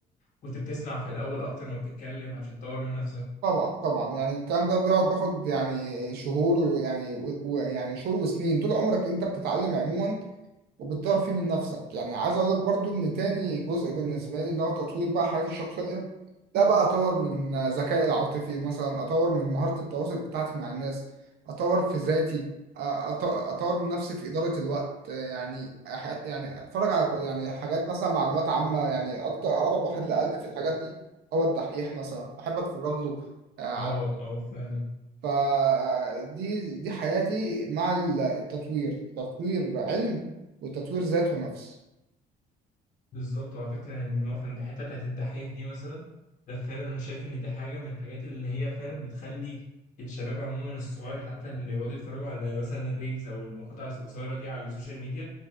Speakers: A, on the left (about 50°); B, on the right (about 70°).
A: وكنت بتسمع في الاول اكتر ما بتتكلم عشان تطور من نفسك
B: طبعا طبعا يعني الكلام ده بيقعد بياخد يعني شهور ويعني و- ويعني شهور وسنين طول عمرك انت بتتعلم عموما وبتطور فيه من نفسك يعني عايز اقول لك برضو ان تاني جزء بالنسبه لي اللي هو تطوير بقى حياتي الشخصيه ده بقى اطور من ذكائي العاطفي مثلا اطور من مهاره التواصل بتاعتي مع الناس اطور في ذاتي أ- أط- اطور من نفسي في اداره الوقت يعني أح- يعني اتفرج على كو- يعني حاجات مثلا معلومات عامه يعني اكتر اقرب واحد لقلبي في الحاجات دي هو الدحيح مثلا بحب اتفرج له آه، على
A: اه اه فعلا
B: فدي دي حياتي مع ال- التطوير تطوير علم وتطوير ذات ونفس
A: بالظبط وعلى فكره يعني نقف عند الحته بتاعت الدحيح دي مثلا ده فعلا انا شايف ان دي حاجه من الحاجات اللي هي فعلا بتخلي الشباب عموما الصغير حتى اللي بيقعدوا يتفرجوا على مثلا الريلز او المقاطع القصيره دي على السوشيال ميديا